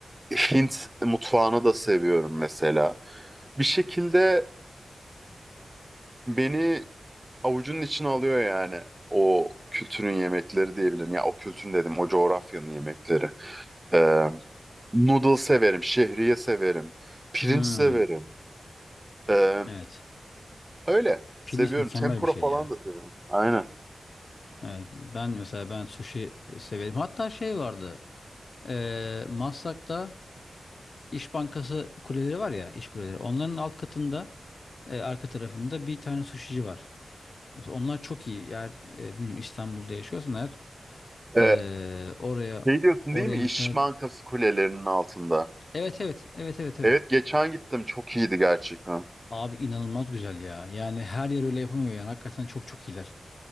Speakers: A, on the right; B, on the left.
A: Hint mutfağını da seviyorum mesela. Bir şekilde Beni avucunun içine alıyor yani o kültürün yemekleri diyebilirim. Ya o kültürün dedim o coğrafyanın yemekleri. Ee, noodle severim, şehriye severim, pirinç
B: Hmm.
A: severim. Ee,
B: Evet.
A: öyle seviyorum.
B: Pirinç mükemmel
A: Tempura
B: bir şey
A: falan
B: ya.
A: da severim. Aynen.
B: Evet, ben mesela ben sushi severim. Hatta şey vardı. Ee, Maslak'ta İş Bankası kuleleri var ya, iş kuleleri. Onların alt katında e, arka tarafında bir tane sushici var. Mesela Onlar çok iyi. Eğer e, bilmiyorum İstanbul'da yaşıyorsan eğer
A: Ee,
B: e, oraya
A: şey diyorsun
B: oraya
A: değil mi? İş
B: mesela
A: Bankası kulelerinin altında.
B: evet evet evet evet evet.
A: Evet geçen gittim çok iyiydi gerçekten.
B: Abi inanılmaz güzel ya. Yani her yer öyle yapamıyor yani. Hakikaten çok çok iyiler.